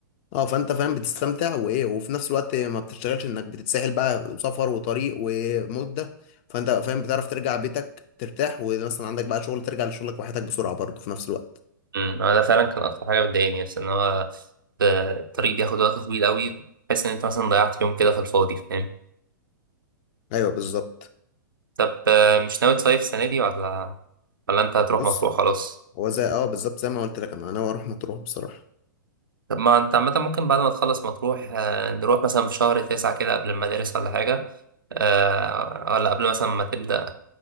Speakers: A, on the left; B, on the right.
A: اه فانت فاهم بتستمتع وايه وفي نفس الوقت ما بتشتغلش انك بتتسحل بقى سفر وطريق ومده فانت فاهم بتعرف ترجع بيتك ترتاح ومثلا عندك بقى شغل ترجع لشغلك وحياتك بسرعه برضو في نفس الوقت
B: مم. ده فعلا كان أكتر حاجة بتضايقني بس إن هو الطريق بياخد وقت طويل أوي تحس إن أنت مثلا ضيعت يوم كده في الفاضي فاهم؟
A: ايوه بالظبط
B: طب آه، مش ناوي تصيف السنة دي ولا ولا أنت هتروح
A: بص
B: مطروح خلاص؟
A: هو زي اه بالظبط زي ما قلت لك انا انا اروح مطروح بصراحه
B: طب ما انت عامة ممكن بعد ما تخلص مطروح آه، نروح مثلا في شهر تسعة كده قبل المدارس ولا حاجة آه، ولا قبل مثلا ما تبدأ